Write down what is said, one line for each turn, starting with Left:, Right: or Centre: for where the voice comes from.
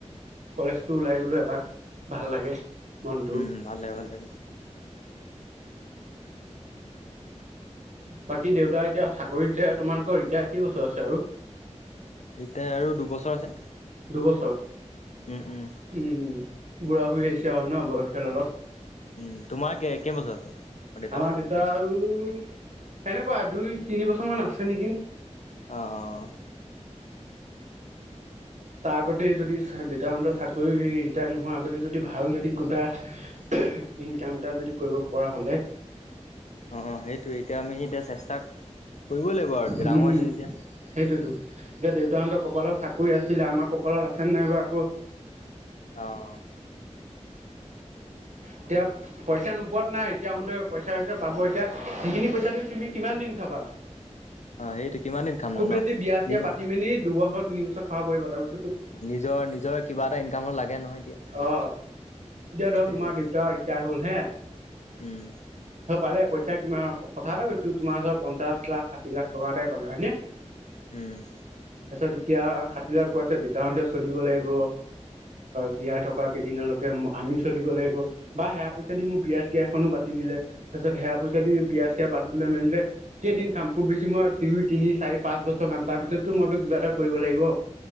Right: কলেজ টো ওলাই গ'লো এপাক ভাল লাগে। মনটো
Left: উম ভালে ভালে
Right: বাকী দেউতা এতিয়া চাকৰিত তোমালোকৰ ৰিতিাৰেই বছৰ আছে আৰু
Left: এতিয়া আৰু দুবছৰ আছে
Right: দুবছৰ
Left: উম - উম।
Right: উম বুঢ়া হৈ আহিছে আৰু ন বয়সাল অলপ
Left: উম তোমাৰ কে একেই বছৰ আছে আৰু দেউতাৰ?
Right: আমাৰ দেতা আৰু সেনেকুৱা দুই তিনি বছৰ মান আছে নেকি
Left: আহঁ
Right: তাৰ আগতে যদি দেউতাহঁতৰ চাকৰি ৰিটায়াৰ নোহোৱাৰ আগতে যদি ভাল যদি কোনোবা ইনকাম এটা যদি কৰিব পৰা হ'লে।
Left: অ সেইটোোৱে এতিয়া আমি এতিয়া চেষ্টা কৰিব লাগিব আৰু এতিয়া
Right: উম
Left: ডাঙৰ হৈছো যেতিয়া
Right: সেইটোতো এতিয়া দেউতাহতৰ কপালত চাকৰি আছিলে আমাৰ কপালত আছে নাই বাৰ আকৌ।
Left: আহঁ
Right: এতিয়া পইচা নোপোৱাত নাই এতিয়াাহোঁতে পইচা হৈছে পাব এতিয়া যিখিনি পইচা দি তুমি কিমান দিন খা <inaudible>
Left: অ', সেইটো কিমান দিন খামনো
Right: খুব বেছি
Left: ন?
Right: বিয়া চিয়
Left: নি
Right: পাতি মেলি দুবছৰ <unintelligible> নিবা খাব পাব তাৰিত <inaudible>
Left: নিজৰ নিজৰ কিবা এটা ইনকামত লাগে নহয় এতিয়া <unintelligible>
Right: অ এতিয়া ধৰ
Left: সেইটোৱে
Right: তোম দেউতা ৰিটায়াৰ হল হে <unintelligible>
Left: উম।
Right: পালে পইচা কি কথা এটা কৈছো তোমাৰ ওচৰত পঞ্চাশ লাখ ষাঠি লাখ টকাটাই পালে হয় নে?
Left: হম <unintelligible>
Right: তাৰপিছত এতিয়া হাাত লাখ পোৱাৰ পিছত দেউতাহতেও চলিব লাগিব জীয়াই থকা কেইদিনলৈকে। আমি চলিব লাগিব বা সেয়া পইচা দি মোক বিয়া আৰ চিয় এখনো পাতি দিলে তাৰপিছত সেয়া পইচা দি বিয়া চিয়া মে কেইদিন খাম খুব বেছি মই ই তিনি চাৰি পাঁচ বছৰ খাম তাৰ পিছতো মইতো কিবা এটা কৰিব। লাগিব <inaudible>